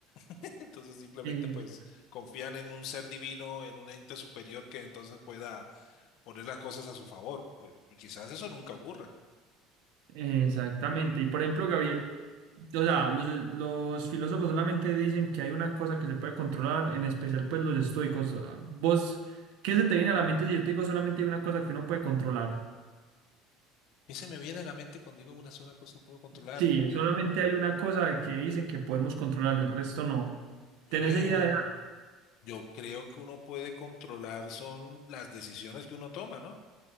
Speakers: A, on the left; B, on the right.
A: <laughs> Entonces simplemente
B: Es-
A: pues confían en un ser divino, en un ente superior que entonces pueda poner las cosas a su favor, pues, y quizás eso nunca ocurra.
B: Exactamente. Y por ejemplo, Gabriel, o sea, los, los filósofos solamente dicen que hay una cosa que se puede controlar, en especial pues los estoicos. Ah, ¿Vos qué se te viene a la mente si yo te digo solamente hay una cosa que uno puede controlar?
A: Y se me viene a la mente cuando digo una sola cosa puedo controlar,
B: Sí,
A: yo...
B: solamente hay una cosa que dicen que podemos controlar, el resto no.
A: <laughs>
B: ¿Tenés idea
A: Yo creo que uno puede controlar son las decisiones que uno toma, ¿no?